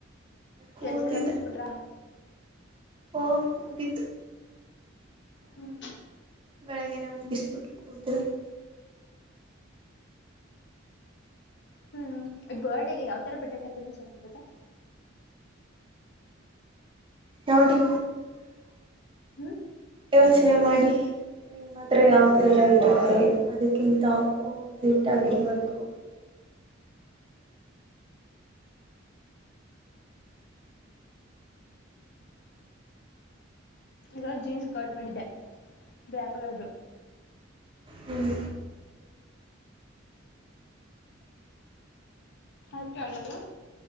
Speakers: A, on the right; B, on the left.
A: ಕೂತಿದ್ದೆ
B: ಕೆಲ್ಸ ಎಲ್ಲ ಮುಗ್ಸ್ಬಿಟ್ರ
A: ಓ ಮುಗಿತ
B: ಹ್ಮ್
A: ಬೆಳಗ್ಗೆನೇ ಮುಗಿಸಿ ಬಿಟ್ಬು ಕೂತೌನಿ
B: ಹ್ಮ್ ಬರ್ಡೆಗೆ ಯಾವತರ ಬಟ್ಟೆ ತಗೊಂಡ್ರೆ ಚೆನ್ನಾಗಿರುತ್ತೆ
A: ನೋಡಿ
B: ಹ್ಮ
A: ಯೋಚನೆ ಮಾಡಿ ನಿಮ್ಮತ್ರ ಯಾವ್ದರ ಇರುತ್ತೆ ಅದಕ್ಕಿಂತ ಅಪೋಸಿಟ್ ಆಗಿರ್ಬೇಕು
B: ಈಗಾಗ ಜೀನ್ಸ್ ಕರ್ಟ್ ಮಾಡಿದ್ದೆ ಬ್ಲಾಕ್ ಕಲರ್ರು
A: ಹ್ಮ್
B: ಅತದು